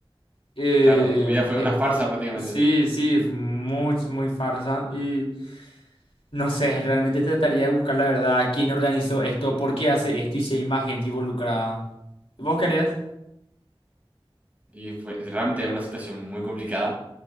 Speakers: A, on the left (about 75°); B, on the right (about 15°).
A: eh,
B: Claro, tu vida fue
A: eh,
B: una farsa prácticamente.
A: sí, sí, es muy, muy farsa. Y No sé, realmente trataría de buscar la verdad, quién organizó esto, por qué hace esto y si hay más gente involucrada. ¿Vos querías?
B: Y fue realmente es una situación muy complicada.